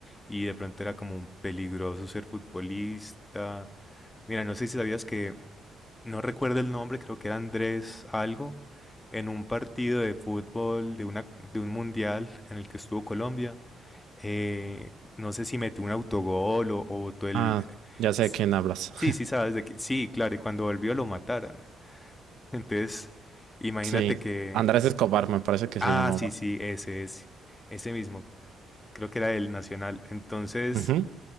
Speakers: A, on the left (about 20°); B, on the right (about 75°).
A: y de pronto era como un peligroso ser futbolista. Mira, no sé si sabías que, no recuerdo el nombre, creo que era Andrés algo, en un partido de fútbol de una, de un mundial en el que estuvo Colombia. eh, no sé si metió un autogol o, o botó el...
B: Ah, ya sé
A: Sí,
B: de quién hablas. <laughs>
A: sí, sabes de que... Sí, claro, y cuando volvió lo mataron. Entonces, imagínate
B: Sí,
A: que,
B: Andrés Escobar me parece que
A: Ah,
B: se llamaba.
A: sí, sí, ese es, ese mismo. Creo que era el Nacional. Entonces,
B: Ujú.